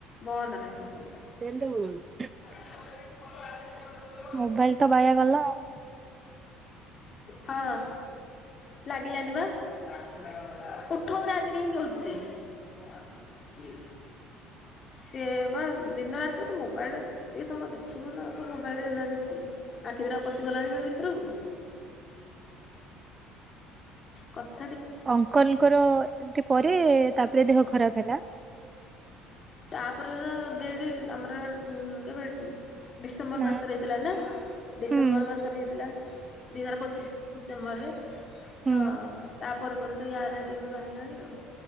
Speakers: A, on the left; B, on the right.
A: ବନ୍ଦ ନାହିଁ ମୋବାଇଲ୍ ଟା।
B: <unintelligible>
A: <inaudible>
B: ମୋବାଇଲ୍ ତ ବାୟା ଗଲା ଆଉ।
A: ହଁ। ଲାଗିଲାନି ବା, ଉଠଉନାହାଁନ୍ତି ରିଙ୍ଗ୍ ହଉଚି ଯେ। ଓମାନ୍, କିଏ? ସିଏ ବା ଦିନ ରାତି ଟେ ମୋବାଇଲ୍ ଯେତିକି ସମୟ ଦେଖିବୁ ନା, ତୁ ମୋବାଇଲରେ ଦିନରେ ଦେଖିବୁ। ଆଖି ଦିଟା ପଶିଗଲାଣି ହେଣେ ଭିତୁରୁକୁ, କଥ୍
B: ଅଙ୍କଲଙ୍କର ଏମତି ପରେ ତା'ପରେ ଦେହ ଖରାପ ହେଲା।
A: ତା'ପରେ ତ ଦେଡ଼ି ଆମର କେବେ, ଡିସେମ୍ବର
B: ନା
A: ମାସରେ ହେଇ ଥିଲା ନା, ଡିସେମ୍ବର
B: ହୁଁ
A: ମାସରେ ହେଇଥିଲା। ଦି ହଜାର ପଚିଶ୍ ଡିସେମ୍ବରରେ।
B: ହୁଁ
A: ତ, ତା' ପରେ ପରେ ତ ୟାର ଟିବି ବାହାରିଲାଣି ଆଉ।